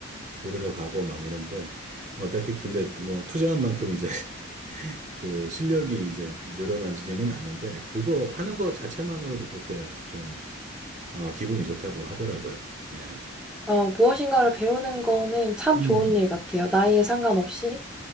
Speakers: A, on the right; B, in the centre.
A: 들으러 가고 막 이런데, 뭐 딱히 근데 뭐 투자한 만큼 이제 <laughs> 그 실력이 이제 늘어나지는 않는데 그거 하는 거 자체만으로도 그렇게 좀 어, 기분이 좋다고 하더라고요. 예.
B: 어, 무엇인가를 배우는 거는 참
A: 음.
B: 좋은 일 같아요. 나이에 상관없이.